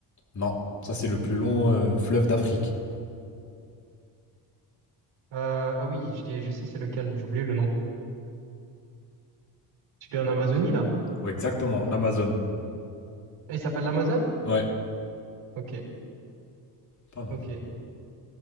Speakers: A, on the left; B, on the right.
A: Non, ça c'est le plus long euh, fleuve d'Afrique.
B: Euh, ah oui, je, l'ai- je sais c'est lequel, j'ai oublié le nom. Celui en Amazonie, là?
A: Ouais, exactement, l'Amazone.
B: Ah, il s'appelle l'Amazone?
A: Ouais,
B: Ok,
A: pas mal.
B: ok.